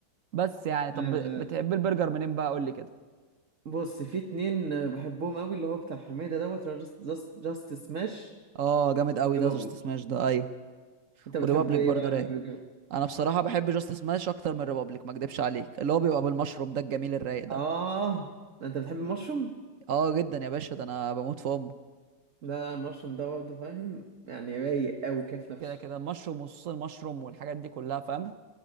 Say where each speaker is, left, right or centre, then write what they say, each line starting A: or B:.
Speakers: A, on the right (about 60°); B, on the right (about 45°).
A: بس يعني طب
B: آه،
A: بتحب البرجر منين بقى قول لي كده
B: بص في اتنين آه، بحبهم قوي اللي هو بتاع حميدة دوت جاست جاست جاست سماش
A: اه جامد قوي
B: بابلو
A: ده جاست سماش ده ايوه
B: انت بتحب
A: وريبابليك
B: ايه
A: برضو
B: بقى
A: رايق
B: في البرجر
A: انا بصراحه بحب جاست سماش اكتر من ريبابليك ما اكدبش عليك اللي هو بيبقى بالمشروم ده الجميل الرايق ده
B: اه ده انت بتحب المشروم
A: اه جدا يا باشا ده انا بموت في امه
B: لا المشروم ده برضه فاهم يعني رايق قوي كده في نفسه
A: كده كده المشروم وصوص المشروم والحاجات دي كلها فاهم